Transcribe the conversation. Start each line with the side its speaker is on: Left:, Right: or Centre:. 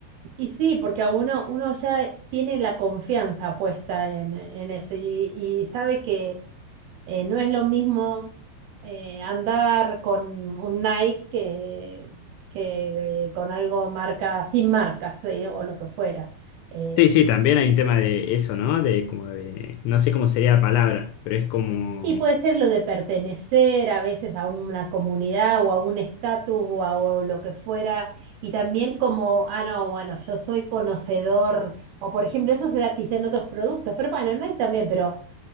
Right: Y sí, porque a uno, uno ya tiene la confianza puesta en, en eso y, y sabe que eh, no es lo mismo eh, andar con un Nike que, que eh, con algo marca, sin marcas, eh, o lo que fuera. Eh,
Left: Sí, sí, también hay un tema de eso, ¿no? De como de. No sé cómo sería la palabra, pero es como.
Right: Y puede ser lo de pertenecer a veces a una comunidad o a un estatus o a o lo que fuera, y también como, ah, no, bueno, yo soy conocedor, o por ejemplo, eso se da quizá en otros productos, pero bueno, no hay también, pero